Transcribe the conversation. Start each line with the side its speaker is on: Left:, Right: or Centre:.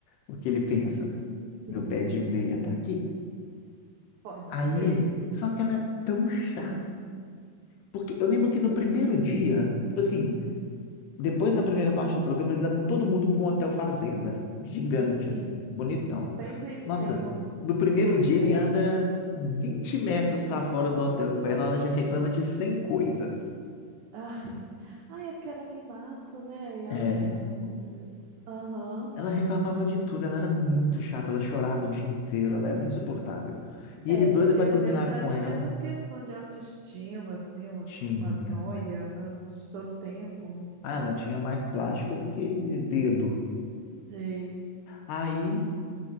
Left: Porque ele pensa,
Right: entendi.
Left: meu pé de meia tá aqui.
Right: Pode
Left: Aí,
Right: ser.
Left: só que ela é tão chata. Porque eu lembro que no primeiro dia, tipo assim, depois da primeira parte do programa, eles levam todo mundo para um hotel fazenda. Gigante, assim,
Right: Isso.
Left: bonitão.
Right: Sempre
Left: Nossa,
Right: tem uma vi-
Left: no primeiro
Right: lua
Left: dia
Right: de mel.
Left: ele anda 20 metros para fora do hotel com ela, ela já reclama de 100 coisas.
Right: Ai. Ai, é porque era meio mato, né? E ela
Left: É.
Right: não era muito dessas. Aham.
Left: Ela reclamava de tudo, ela era muito chata, ela chorava o dia inteiro, ela era insuportável. E
Right: É,
Left: ele doido
Right: eu
Left: para terminar
Right: lembro que ela
Left: com
Right: tinha
Left: ela,
Right: essas questões de autoestima, assim, umas,
Left: tinha.
Right: umas noias todo tempo.
Left: Ah, ela tinha mais plástica do que dedo.
Right: Sei.
Left: Aí